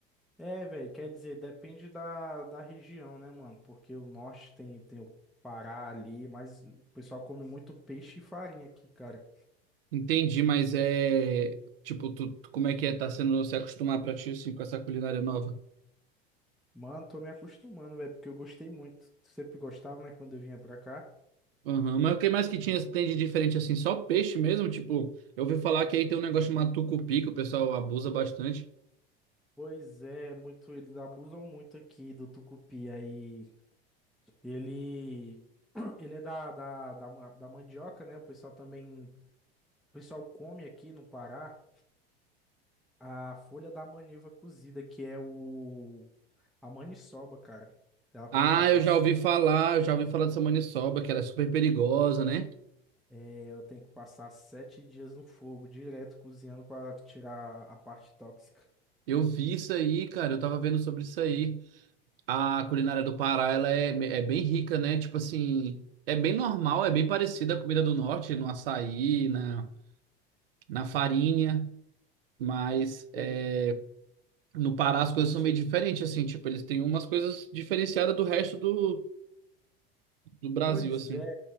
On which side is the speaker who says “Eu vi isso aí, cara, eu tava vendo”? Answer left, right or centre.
Right